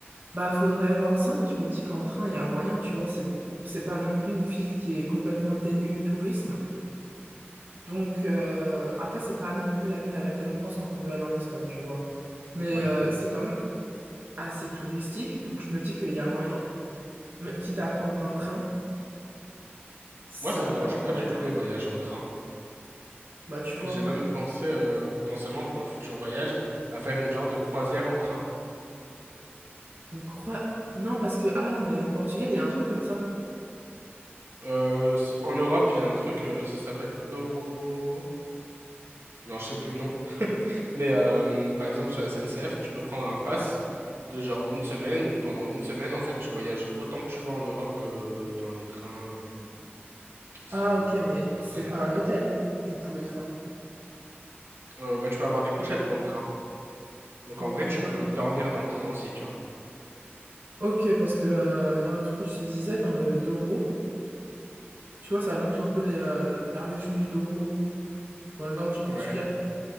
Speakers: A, on the right; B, on the right.
A: Bah, faudrait voir ça, mais je me dis qu'en train, il y a moyen, tu vois, c'est, c'est pas non plus une ville qui est complètement dénuée de tourisme. Donc, euh, après, c'est pas non plus la ville à laquelle on pense quand on veut aller en Espagne, tu vois. Mais
B: Ouais.
A: euh, c'est quand même assez touristique, donc je me dis qu'il y a moyen. Mais quitte à prendre un train, ça
B: Moi, ça
A: devrait
B: me dérange
A: pouvoir
B: pas du
A: le faire.
B: tout les voyages en train.
A: Bah, tu vois,
B: J'ai même pensé, euh, potentiellement, pour un futur voyage, à faire une genre de croisière en train.
A: Une croix... Non, parce que, ah, mais au Portugal, il y a un truc comme ça.
B: Euh, s- en Europe, il y a un truc, euh, ça s'appelle Euro... Non, je sais plus le nom. Mais euh, par exemple, sur la SNCF, tu peux prendre un pass de genre une semaine ou pendant une semaine, en fait, tu voyages autant que tu veux en Europe euh, dans les trains euh, qui sont
A: Ah, ok, mais
B: partenaires.
A: c'est pas un hôtel, du coup, le train.
B: Euh, bah, tu peux avoir des couchettes dans le train. Donc
A: Ok,
B: en vrai, tu
A: non.
B: peux dormir dans le train aussi, tu vois.
A: Ok, parce que euh, dans le truc que je te disais, dans le Douro, tu vois, ça longe un peu les, euh, la région du Douro, dans le nord du Portugal.
B: Ouais.